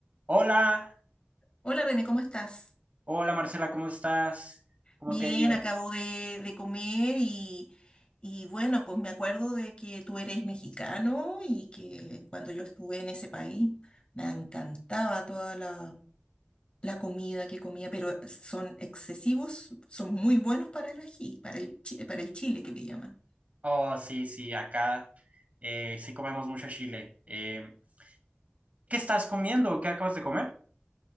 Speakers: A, on the right; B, on the left.
A: Hola,
B: Hola René, ¿cómo estás?
A: hola Marcela, ¿cómo estás? ¿Cómo
B: Bien,
A: te ha ido?
B: acabo de, de comer y, y bueno, pues me acuerdo de que tú eres mexicano y que cuando yo estuve en ese país me encantaba toda la, la comida que comía, pero son excesivos, son muy buenos para el ají, para el, chi- para el chile que le llaman.
A: Oh, sí, sí, acá eh, sí comemos mucho chile. Eh, ¿qué estás comiendo? ¿Qué acabas de comer?